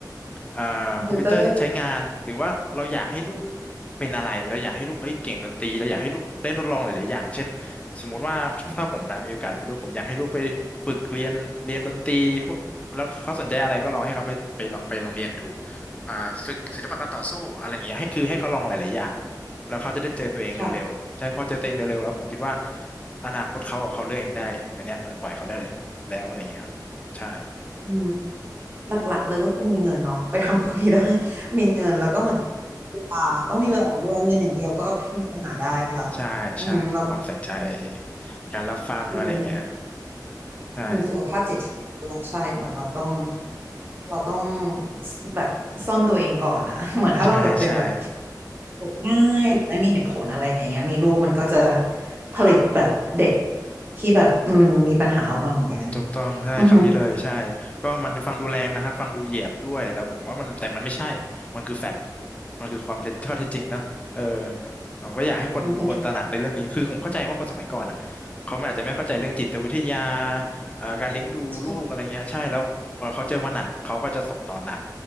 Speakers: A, on the left; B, on the right.
A: เอ่อคอมพิวเตอร์ที่ใช้งานหรือว่าเราอยากให้ลูก
B: คอมพิวเตอร์
A: เป็นอะไรเราอยากให้ลูกเฮ้ยเก่งดนตรีเราอยากให้ลูกได้ทดลองหลายๆอย่างเช่นสมมุติว่าถ้าผมนะมีโอกาสมีลูกผมอยากให้ลูกไปฝึกเรียนเรียนดนตรี
B: อืม
A: แล้วเขาสนใจอะไรก็ลองให้เขาไปไปลองไปลองเรียนดูอ่าฝึกศิลปะการต่อสู้อะไรอย่างเงี้ยให้คือให้เขาลองหลายๆอย่างแล้วเขาจะได้เจอตัวเองเร็วๆใช่พอเจอตัวเองเร็วๆ
B: ค่ะ
A: แล้วผมคิดว่าอนาคตเขาอะเขาเลือกเองได้อันเนี้ยมันปล่อยเขาได้แล้วแล้วอะไรอย่างเงี้ยครับใช่
B: อืมหลักๆเลยก็คือมีเงินเนาะไปทำพวกนี้ได้ <laughs> มีเงินแล้วก็เหมือนเวลาต้องมีเวลาด้วยเงินอย่างเดียวก็มีปัญหาได้ค่ะ
A: ใช่ใช่ความใส่ใจ
B: อือหือเราก็
A: การรับฟังอะไรเงี้ย
B: คือเป็นแบบ
A: ใช่
B: มีสุขภาพจิตที่ดีด้วยใช่เหมือนเราต้องเราต้องแบบซ่อมตัวเองก่อนอะ <laughs> เหมือนถ้าเราแบบเป็นแบบ
A: ใช่ใช่
B: กง่ายไม่มีเหตุผลอะไรอย่างเงี้ยมีลูกมันก็จะผลิตแบบเด็ก
A: พัง
B: ที่แบบอืมมีปัญหาออกมาเหมือนกัน
A: ถูกต้องใช่คำนี้เลยใช่
B: อือฮึ
A: ก็มันดูฟังดูแรงนะครับฟังดูเหยียดด้วยแล้วผมว่ามันแต่มันไม่ใช่มันคือแฟกต์มันคือความเท็จข้อเท็จจริงเนาะเออผมก็อยากให้คนคนตระหนักในเรื่องนี้คือผมเข้าใจว่าคนสมัยก่อนอ่ะเขาอาจจะไม่เข้าใจเรื่องจิตวิทยา
B: มันเป็นทุกอย่าง
A: เอ่อการเลี้ยงดูลูกอะไรเงี้ยใช่แล้วเอ่อเขาเจอมาหนักเขาก็จะส่งต่อหนัก
B: ใช่